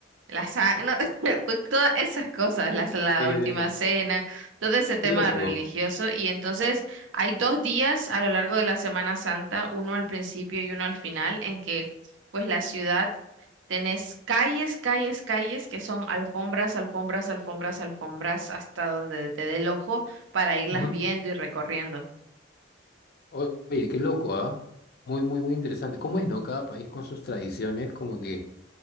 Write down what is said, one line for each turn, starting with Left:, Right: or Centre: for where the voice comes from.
Right: la sa- no, <laughs> pues todas esas cosas, las, la
Left: Eh,
Right: última cena, todo ese tema
Left: qué loco.
Right: religioso. Y entonces hay dos días a lo largo de la Semana Santa, uno al principio y uno al final, en que pues la ciudad tenés calles, calles, calles que son alfombras, alfombras, alfombras, alfombras, hasta donde te dé el ojo para irlas
Left: Ujú.
Right: viendo y recorriendo.
Left: Oye, qué loco, ¿ah? Muy, muy, muy interesante. ¿Cómo es, no? Cada país con sus tradiciones, como que